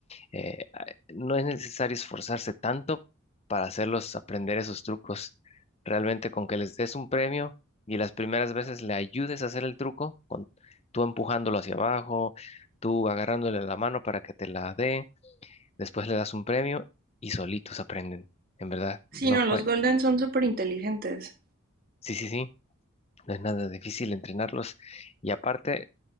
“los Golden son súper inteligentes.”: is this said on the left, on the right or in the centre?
Right